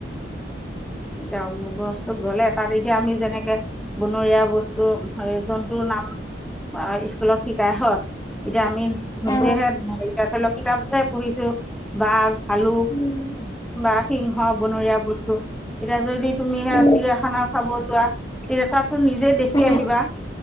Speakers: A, in the centre; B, on the left.
A: এতিয়া গছো গলে তাতকে আমি যেনেকে বনৰীয়া বস্তু হ জন্তুৰ <unintelligible> স্কুলত শিকাই হয়। এতিয়া আমি
B: অ
A: নিজেহে এতিয়া ধৰি লওক কিতাপকে পঢ়িছো বাঘ ভালুক
B: উম
A: বা সিংহ বনৰীয়া বস্তু এতিয়া যদি তুমি সেয়া
B: উম
A: চিৰিয়াখানা চাব যোৱা তেতিয়া তাত ত নিজে দেখি
B: উম
A: আহিবা।